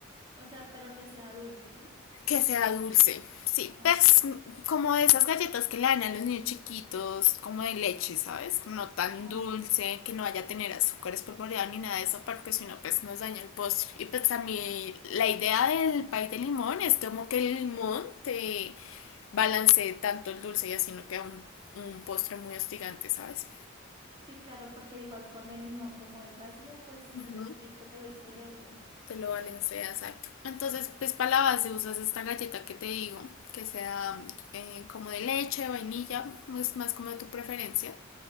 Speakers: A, on the right; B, on the left.
A: O sea, pero que sea dulce, ¿sí?
B: Que sea dulce. Sí,
A: Ok.
B: pues como de esas galletas que le dan a los niños chiquitos, como de leche, ¿sabes? No tan
A: Ah,
B: dulce, que no vaya a tener azúcar espolvoreado ni nada de eso, porque si no, pues nos daña el postre. Y pues a mí
A: ok.
B: la idea del pay de limón es como que el limón te balancee tanto el dulce y así no queda un, un postre muy hostigante, ¿sabes?
A: Sí, claro, porque igual con el limón como es ácido, pues
B: Ujú.
A: el poquito de dulce le ayuda.
B: Te lo balancea, exacto. Entonces, pues para la base usas esta galleta que te digo, que sea eh, como de leche, vainilla, pues más como de tu preferencia.